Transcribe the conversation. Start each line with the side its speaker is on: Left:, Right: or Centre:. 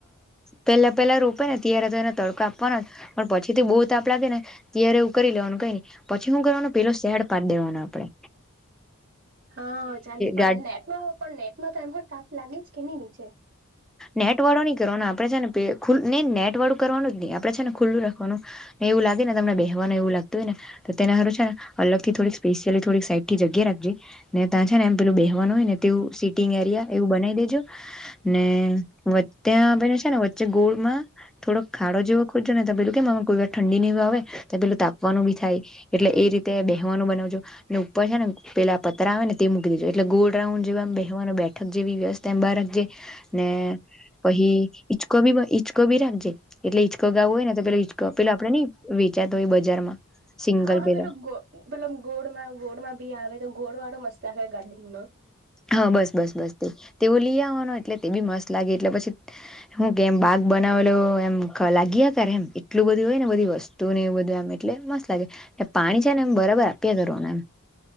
Centre: પેલા પેલા રોપે ને ત્યારે તો એને તડકા આપવાનો પણ પછી થી બહુ તાપ લાગે ને ત્યારે એવું કરી લેવાનું કઈ ન પછી હું કરવાનું પેલો ખેડ પરડ હોને આપણે
Right: હા ચાલે પણ
Centre: ગાડ
Right: નેટમાં પણ નેટ માં તો એમ તાપ લાગી જ કે નહી નીચે
Centre: નેટ વાળો નની કરવાનો આપડે છે પ ખુલ ની નેટ વાળું કરવાનું જ ની આપડે છે ને ખુલ્લું રાખવાનું ને એવું લાગેને બેહવાનું એવું લાગતુ હો ને તેને હારુ છે ને અલગથી થોડીક સ્પેશિયલી થોક સાઈડ થી જગ્યા રા ને ત્યાં છે ને એમ પેલું બેહવાનું હોય ને તો સીટિંગ એરિયા એવું બનાવી દેજો ને વત્તા પેલું છે ને વચ્ચે ગોળમાં થોડો ખાડો જેવો ખોજો ને પેલું કેમ આમાં કોઈ વાર ઠં નિનિંગ ત પેલું તાપવાનું બી થાય એટલે એ રીતે બેહેવાનું બનાવજો ને ઉપર હે ને પેલા આ પત્ર આવે ને તે મૂકી દેજો એટલે ગોલ રાઉન્ડ જેવા આમ બેહવા નું બેઠક જેવી વ્યસ્થા બાર રાખજે ને પહી ઈચકો બી ઈચકો બી રાખજે એટલે ઈચકો ગાવો હોય ને તો પે ઈચકો પલા આપડે નઈ વેચાતા હોય બજારમાં સિંગલ
Right: હા હા
Centre: પેલો
Right: પેલા ગો પેલા ગોળલા ગોળલા બી આવે તો ગોળ વાળો મસ <unintelligible>
Centre: હા બસ બસ બસ તે તેઓ લઈ આવવાનો એટલે તે બી મસ્ત લાગે એટલે પછી હું કેમ બા બનાવેલો એમ લાગીયા કરે એમ એટલું બધું હોય ને બધી વસ્તુ ને એવ બધું એમ એટલે મસ્ત લાગે એ પાણી છે ને એમ બરાબર અપીયા કરવાનું એમ